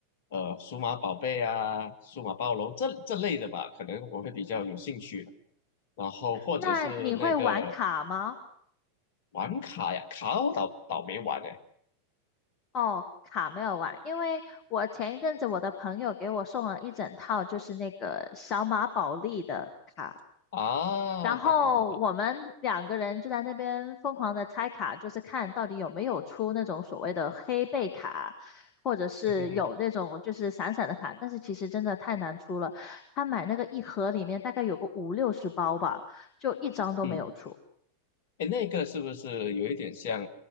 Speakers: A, on the left (about 50°); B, on the left (about 35°).
A: 呃，数码宝贝啊，数码暴龙这这类的吧，可能我会比较有兴趣的。然后或者是那个
B: 那你会玩卡吗？
A: 玩卡呀，卡我倒倒没玩哎、
B: 哦，卡没有玩，因为我前一阵子我的朋友给我送了一整套，就是那个小马宝莉的卡，
A: <laughs> 啊，
B: 然后我们两个人就在那边疯狂的拆卡，
A: 哈哈哈哈，
B: 就是看到底有没有出那种所谓的黑背卡，或者是有那种就是闪闪的卡，
A: <laughs>
B: 但是其实真的太难出了，他买那个一盒里面大概有个五六十包吧，就一张都没有出。
A: 嗯。哎，那个是不是有一点像，